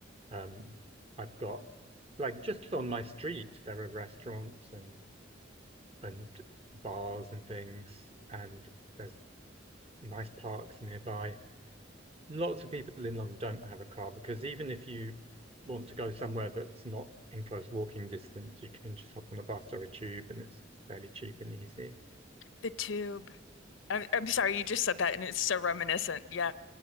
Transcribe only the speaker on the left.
The tube. I'm, I'm sorry, you just said that and it's so reminiscent. Yeah.